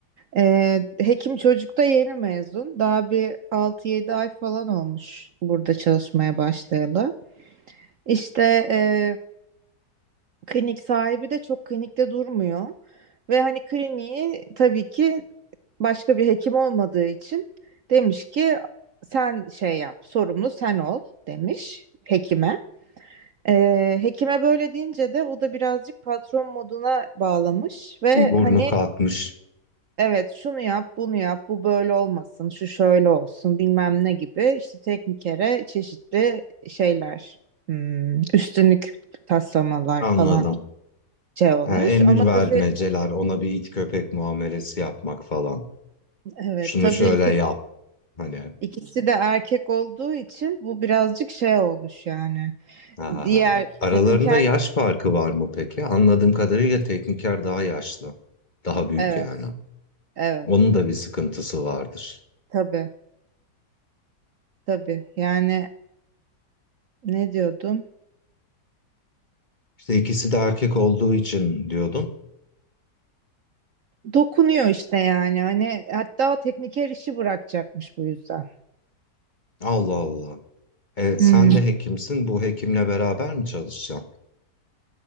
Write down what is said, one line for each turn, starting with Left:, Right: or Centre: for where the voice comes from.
Right: E, hekim çocuk da yeni mezun. Daha bir altı yedi ay falan olmuş burada çalışmaya başlayalı. İşte e, klinik sahibi de çok klinikte durmuyor. Ve hani kliniği tabii ki başka bir hekim olmadığı için demiş ki sen şey yap sorumlu sen ol demiş hekime. Ee, hekime böyle deyince de o da birazcık patron moduna bağlamış ve
Left: Bir burnu
Right: hani
Left: kalkmış
Right: evet şunu yap bunu yap bu böyle olmasın şu şöyle olsun bilmem ne gibi işte teknikere çeşitli şeyler hmm, üstünlük taslamalar
Left: anladım.
Right: falan şey olmuş
Left: Yani emir
Right: ama
Left: vermeceler
Right: tabii
Left: ona bir it köpek muamelesi yapmak falan.
Right: evet
Left: Şunu
Right: tabii
Left: şöyle yap hani.
Right: ikisi de erkek olduğu için bu birazcık şey olmuş yani
Left: Ha.
Right: Diğer
Left: Aralarında
Right: tekniker
Left: yaş farkı var mı peki? Anladığım kadarıyla tekniker daha yaşlı. Daha büyük
Right: evet
Left: yani.
Right: evet
Left: Onun da bir sıkıntısı vardır.
Right: tabii tabii yani ne diyordum?
Left: İşte ikisi de erkek olduğu için diyordum.
Right: Dokunuyor işte yani hani hatta tekniker işi bırakacakmış bu yüzden.
Left: Allah Allah. E, sen
Right: Hmm.
Left: de hekimsin. Bu hekimle beraber mi çalışacaksın?